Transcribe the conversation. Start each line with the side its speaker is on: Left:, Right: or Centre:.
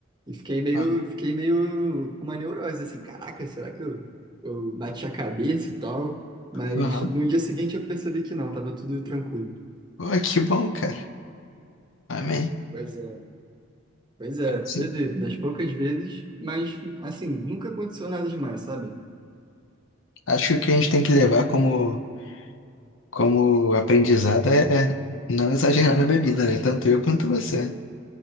Right: E fiquei meio,
Left: Aham.
Right: fiquei meio com uma neurose, assim, caraca, será que eu, eu bati a cabeça e tal? Mas
Left: Aham.
Right: no dia seguinte eu percebi que não, tava tudo tranquilo.
Left: Pô, que bom, cara. Amém.
Right: Pois é. Pois é, pra
Left: Sim.
Right: você vê, das poucas vezes, mas assim, nunca aconteceu nada demais, sabe?
Left: Acho que o que a gente tem que levar como, como aprendizado é, é não exagerar na bebida, né? Tanto eu quanto você.